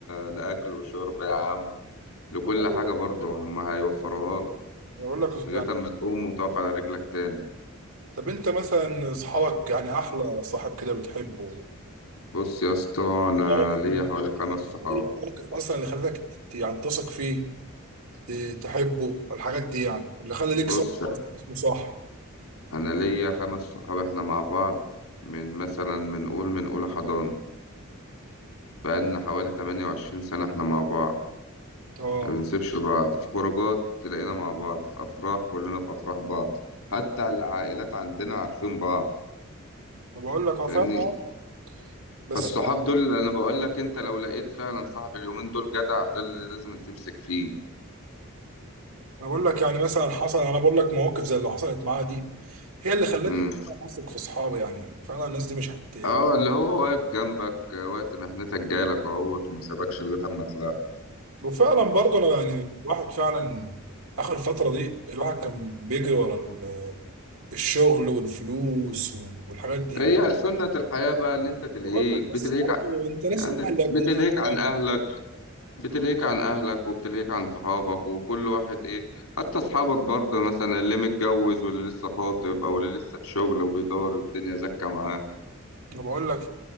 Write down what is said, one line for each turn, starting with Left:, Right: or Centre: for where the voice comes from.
Left: لاكل وشرب يا عم لكل
Right: طب بقول
Left: حاجة
Right: لك
Left: برضه هم هيوفروها لك
Right: بقول لك
Left: لغاية
Right: يعني
Left: اما تقوم وتقف على رجلك تاني
Right: طب انت مثلا اصحابك يعني احلى صاحب كده بتحبه
Left: بص يا اسطى انا
Right: مواقف
Left: ليا
Right: اللي
Left: حوالي
Right: خلتك
Left: خمس
Right: ايه
Left: صحاب
Right: المواقف اصلا اللي خلتك تت- يعني تثق فيه ت- تحبه الحاجات دي يعني اللي خلى ليك
Left: بص
Right: صاحب اصلا اسمه صح
Left: انا ليا خمس صحاب احنا مع بعض من مثلا من قول من اولى حضانة بقالنا حوالي 28 سنة احنا مع بعض
Right: اه
Left: ما بنسيبش بعض في خروجات تلاقينا مع بعض في افراح كلنا في افراح بعض حتى العائلات عندنا عارفين بعض
Right: انا بقول لك هو
Left: فاهمني
Right: فعلا اه بس
Left: فالصحاب دول اللي انا بقول لك انت لو لقيت فعلا صاحب اليومين دول جدع ده اللي لازم تمسك فيه
Right: انا بقول لك يعني مثلا حصل انا بقول لك مواقف زي اللي حصلت معايا دي هي اللي خلتني
Left: امم
Right: فعلاً اثق في اصحابي يعني فعلا الناس دي مش هت
Left: اه اللي هو واقف جنبك آه، وقت محنتك جايلك اهوت وما سابكش لغايه اما طلعت
Right: وفعلا برضه انا يعني الواحد فعلا اخر فتره دي الواحد كان بيجري ورا ال- الشغل والفلوس والحاجات دي
Left: هي سنة الحياة بقى اللي انت تلهيك
Right: بقول لك
Left: بتلهيك
Right: بس برضه
Left: ع-
Right: انت ناس
Left: يعني
Right: الاهل اللي
Left: بتلهيك
Right: هيكونوا صحابك
Left: عن اهلك بتلهيك عن اهلك وبتلهيك عن صحابك وكل واحد ايه حتى اصحابك برضه مثلا اللي متجوز واللي لسه خاطب او اللي لسه في شغل وبيدور والدنيا زكة معاه
Right: انا بقول لك